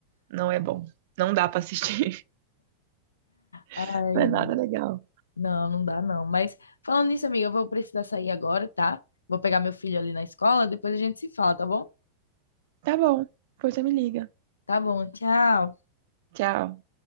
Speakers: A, on the right; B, on the left.
A: Não é bom. Não dá pra assistir.
B: Ai,
A: <laughs> Não é nada legal.
B: não, não dá não. Mas falando nisso, amiga, eu vou precisar sair agora, tá? Vou pegar meu filho ali na escola, depois a gente se fala, tá bom?
A: Tá bom. Pois você me liga.
B: Tá bom, tchau.
A: Tchau.